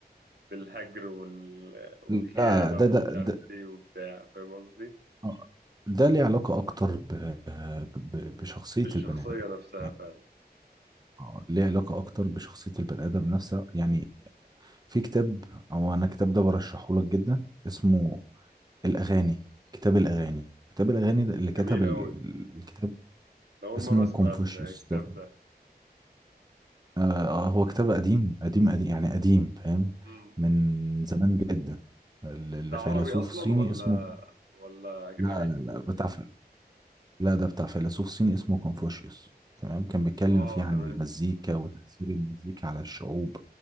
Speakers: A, on the right; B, on the right.
A: بالهجر وال... والخيانه
B: لا ده
A: ومش
B: ده ده,
A: عارف ايه وبتاع فاهم قصدي
B: آه، ده ليه علاقه اكتر ب- ب- بشخصيه
A: بالشخصيه
B: البني ادم
A: نفسها
B: يعني
A: فعلا
B: آه، ليه علاقة أكتر بشخصية البني آدم نفسها يعني في كتاب أو أنا الكتاب ده برشحه لك جدا اسمه الأغاني كتاب الأغاني كتاب الأغاني ده اللي كتب
A: جميل
B: ال-
A: أوي
B: الكتاب
A: ده أول
B: اسمه
A: مرة أسمع
B: كونفوشيوس
A: عن الكتاب
B: ده
A: ده
B: آه آه، هو كتاب قديم قديم قديم يعني قديم فاهم
A: مم.
B: من زمان جدا ال- الفيلسوف
A: ده عربي أصلا
B: الصيني
A: ولا
B: اسمه
A: ولا أجنبي؟
B: لا لا لا بتاع لا ده بتاع فيلسوف صيني اسمه كونفوشيوس تمام كان بيتكلم
A: آه
B: فيه عن
A: تمام
B: المزيكا وتأثير المزيكا على الشعوب